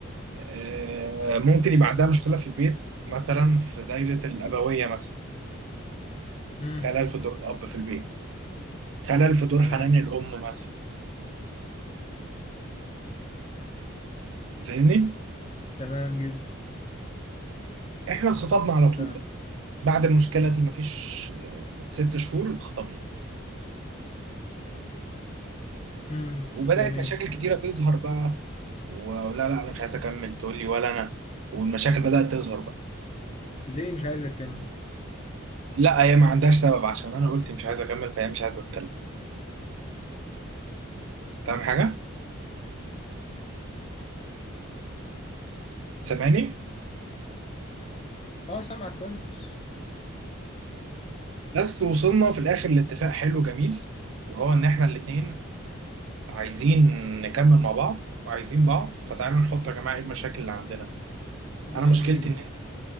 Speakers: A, on the right; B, on the left.
A: آه ممكن يبقى عندها مشكله في البيت مثلا في دايره الابويه مثلا
B: امم
A: خلل في دور الاب في البيت خلل في دور
B: تمام
A: حنان الام مثلا فاهمني
B: تمام جدا
A: احنا اتخطبنا على طول
B: فاهم
A: بقى بعد المشكله دي مفيش آه، ست شهور اتخطبنا
B: امم
A: وبدات
B: جميل
A: مشاكل كتيره تظهر بقى ولا لا انا مش عايز اكمل تقول لي ولا انا والمشاكل بدات تظهر بقى
B: ليه مش عايز اكمل
A: لا هي ما عندهاش سبب عشان انا قلت مش عايز اكمل فهي مش عايزه اتكلم فاهم حاجه سامعني
B: اه سامعك كويس
A: بس وصلنا في الاخر لاتفاق حلو جميل وهو ان احنا الاتنين عايزين نكمل مع بعض وعايزين بعض فتعالوا نحط يا جماعه ايه المشاكل اللي عندنا انا
B: جميل
A: مشكلتي
B: جدا
A: ان